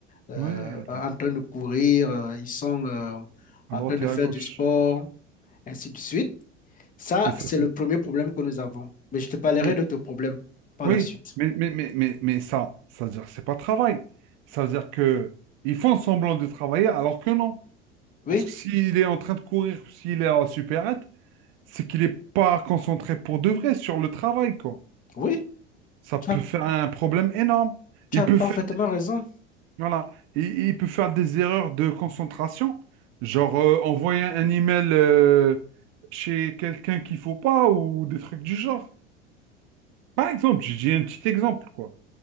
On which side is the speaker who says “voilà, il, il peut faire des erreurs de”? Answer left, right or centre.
Right